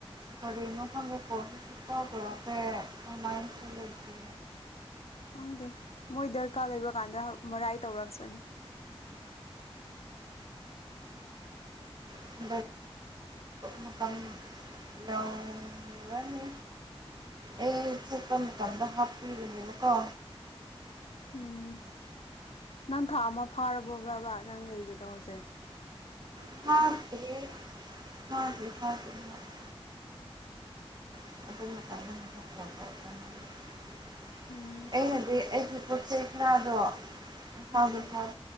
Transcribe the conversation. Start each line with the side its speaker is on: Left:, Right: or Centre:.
Right: ꯀꯔꯤꯅꯣ ꯈꯪꯒꯤ ꯄꯣꯁꯨ ꯇꯕꯔꯁꯦ ꯑꯃꯥꯏꯟꯁꯨ ꯂꯩꯇꯦ
Left: ꯐꯪꯗꯦ ꯃꯣꯏ ꯗꯔꯀꯥꯔ ꯂꯩꯕ ꯀꯥꯟꯗ ꯃꯔꯥꯏ ꯇꯧꯔꯛ ꯆꯅꯤ
Right: <unintelligible> ꯃꯇꯝ ꯌꯧꯔꯅꯤ ꯑꯦ ꯏꯦ ꯇꯅ ꯀꯗ ꯍꯥ ꯄꯤꯔꯕꯀꯥ
Left: ꯎꯝ ꯅꯪ ꯊꯥ ꯑꯃ ꯐꯥꯔꯕꯣ ꯕꯕꯥ ꯅꯪ ꯂꯩꯕ ꯇꯧꯁꯦ
Right: <unintelligible> <unintelligible>
Left: ꯎꯝ
Right: ꯑꯩ ꯍꯧꯗꯤ ꯑꯩ ꯄꯣꯠ ꯆꯩ ꯈꯨꯔꯗꯣ ꯏꯝꯐꯥꯎꯗ
Left: ꯎꯝ
Right: ꯊꯥꯎ